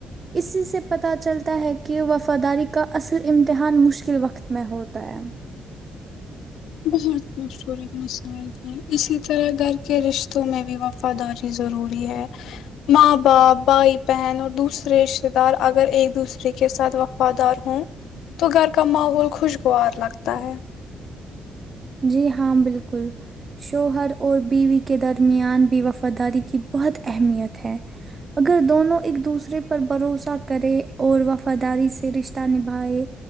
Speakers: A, on the right (about 35°); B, on the left (about 80°).
A: اسی سے پتہ چلتا ہے کہ وفاداری کا اصل امتحان مشکل وقت میں ہوتا ہے
B: بہت خوبصورت مثال ہے اسی طرح گھر کے رشتوں میں بھی وفاداری ضروری ہے ماں باپ بھائی بہن اور دوسرے رشتہ دار اگر ایک دوسرے کے ساتھ وفادار ہوں تو گھر کا ماحول خوشگوار لگتا ہے
A: جی ہاں بالکل شوہر اور بیوی کے درمیان بھی وفاداری کی بہت اہمیت ہے اگر دونوں ایک دوسرے پر بھروسہ کرے اور وفاداری سے رشتہ نبھائے